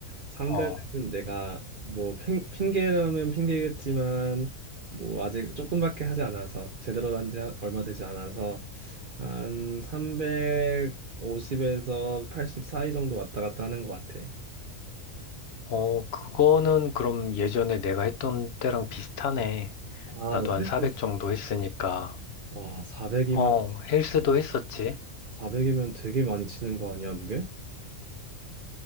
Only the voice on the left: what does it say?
어,
어, 그거는 그럼 예전에 내가 했던 때랑 비슷하네.
나도
한
400 정도 했으니까.
어, 헬스도 했었지.